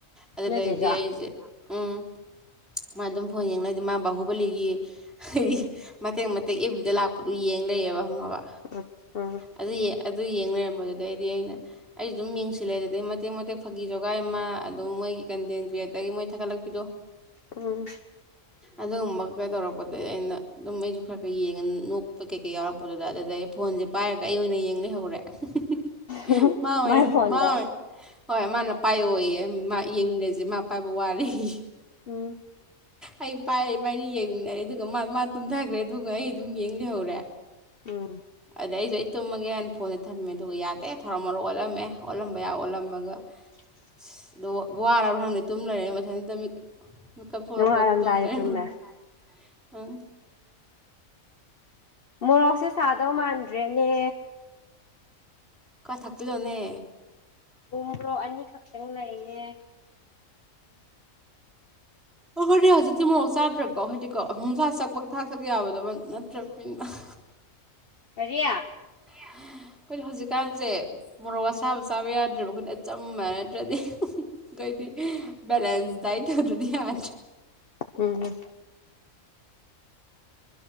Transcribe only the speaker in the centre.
ꯑꯗꯨꯗꯗꯒꯤꯗꯤ
ꯑꯩꯁꯦ ꯎꯝ ꯃꯥ ꯑꯗꯨꯝ ꯐꯣꯟ ꯌꯦꯡꯂꯩꯗꯤ ꯃꯥ ꯕꯥꯍꯨꯕꯂꯤꯒꯤ ꯍꯥꯏꯗꯤ ꯃꯇꯦꯛ ꯃꯇꯦꯛ ꯑꯦꯐ. ꯕꯤ. ꯗ ꯂꯥꯛꯄꯗꯨ ꯌꯦꯡ ꯂꯩꯌꯦꯕ ꯈꯪꯉꯕ
ꯑꯗꯨꯌꯦ ꯑꯗꯨ ꯌꯦꯡ ꯂꯩꯔꯝꯕꯗꯨꯗꯩ ꯑꯩꯗꯤ ꯑꯩꯅ ꯑꯩꯖꯨ ꯗꯨꯝ ꯃꯤꯡ ꯁꯤꯜꯂꯦ ꯑꯗꯨꯗꯩ ꯃꯇꯦꯛ ꯃꯇꯦꯛ ꯐꯥꯒꯤ ꯖꯣꯒꯥꯏ ꯑꯃ ꯑꯗꯨꯝ ꯃꯣꯏꯒꯤ ꯀꯟꯇꯦꯟ ꯀ꯭ꯔꯤꯌꯦꯇꯔꯒꯤ ꯃꯣꯏ ꯊꯥꯒꯠꯂꯛꯄꯤꯗꯣ
ꯑꯗꯨꯒꯨꯝꯕ ꯖꯣꯒꯥꯏ ꯇꯧꯔꯛꯄꯗꯩ ꯑꯩꯅ ꯑꯗꯨꯝ ꯑꯩꯖꯨ ꯈꯔ ꯈꯔ ꯌꯦꯡꯉꯦ ꯅꯣꯛꯄꯩ ꯀꯩꯀꯩ ꯌꯥꯎꯔꯛꯄꯗꯨꯗ ꯑꯗꯨꯗꯩ ꯑꯩ ꯐꯣꯟꯖꯦ ꯄꯥꯏꯔꯒ ꯑꯩ ꯑꯣꯏꯅ ꯌꯦꯡ ꯂꯩꯍꯧꯔꯦ ꯑ ꯍꯨꯡ ꯍꯨꯡ ꯍꯨꯡ
ꯍꯍ ꯃꯥ ꯑꯣꯏꯅ
ꯃꯥ ꯑꯣꯏꯅ ꯍꯣꯏ ꯃꯥꯅ ꯄꯥꯏꯌꯣꯌꯦ ꯃꯥ ꯌꯦꯡꯃꯤꯟꯅꯖꯦ ꯃꯥ ꯄꯥꯏꯕ ꯋꯥꯔꯦꯌꯦ
ꯑꯩ ꯄꯥꯏꯔꯦ ꯏꯕꯥꯟꯅꯤ ꯌꯦꯡꯃꯤꯟꯅꯔꯦ ꯑꯗꯨꯒ ꯃꯥ ꯃꯥ ꯇꯨꯝꯊꯈ꯭ꯔꯦ ꯑꯗꯨꯒ ꯑꯩ ꯑꯗꯨꯝ ꯌꯦꯡ ꯂꯩꯍꯧꯔꯦ
ꯑꯗꯩ ꯑꯩꯁꯨ ꯑꯩ ꯇꯨꯝꯃꯒꯦ ꯍꯥꯏꯅ ꯐꯣꯟꯗꯖꯦ ꯊꯝꯃꯦ ꯑꯗꯨꯒ ꯌꯥꯗꯦ ꯊꯔꯣ ꯃꯥꯔꯣ ꯑꯣꯜꯂꯝꯃꯦ ꯑꯣꯜꯂꯝꯕ ꯌꯥꯕ ꯑꯣꯜꯂꯝꯃꯒ
ꯑꯁ ꯑꯗꯣ ꯋꯥꯔꯕ꯭ꯔꯥ ꯈꯪꯗꯦ ꯇꯨꯝ ꯂꯩꯔꯦ ꯃꯊꯟ ꯇꯨꯝꯃꯤꯗꯣ ꯃꯤꯀꯞ ꯊꯣꯔꯛꯄꯗ
ꯇꯨꯝ ꯂꯩꯔꯝꯃꯦ
ꯅꯣꯉꯥꯜꯂꯝꯗꯥꯏ ꯎꯝ
ꯈ ꯊꯥꯛꯆꯤꯜꯂꯣꯅꯦ
ꯑꯈꯣꯏꯗꯤ ꯍꯧꯖꯤꯛꯇꯤ ꯃꯣꯔꯣꯛ ꯆꯥꯗ꯭ꯔꯦꯀꯣ ꯍꯥꯏꯗꯤꯀꯣ ꯑꯃꯣꯡꯁꯥ ꯆꯥ ꯄꯪꯊꯛ ꯊꯛ ꯌꯥꯕꯗꯕ ꯅꯠꯇ꯭ꯔꯕꯅ ꯑ ꯍ
ꯍꯍ ꯑꯩꯈꯣꯏꯗꯤ ꯍꯧꯖꯤꯛꯀꯥꯟꯖꯦ ꯃꯣꯔꯣꯛ ꯑꯁꯥꯕ ꯆꯥꯕ ꯌꯥꯗ꯭ꯔꯦꯕ ꯑꯩꯈꯣꯏꯗꯤ ꯑꯆꯝꯕ ꯅꯠꯇ꯭ꯔꯗꯤ ꯍꯤ ꯍꯤ ꯒꯣꯏꯗꯤ ꯍꯍ ꯕꯦꯂꯦꯟꯁ ꯗꯥꯏꯠ ꯇꯧꯗ꯭ꯔꯗꯤ ꯌꯥꯗ꯭ꯔꯦ